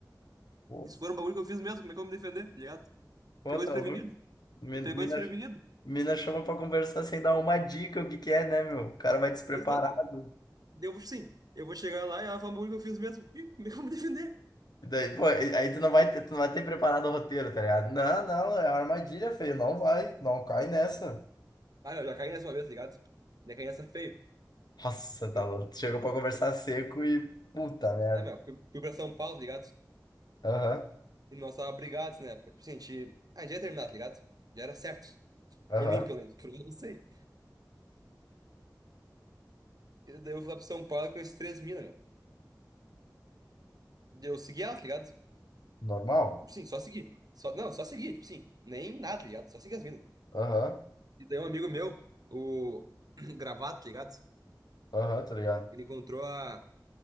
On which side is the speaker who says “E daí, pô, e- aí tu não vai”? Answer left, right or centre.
Left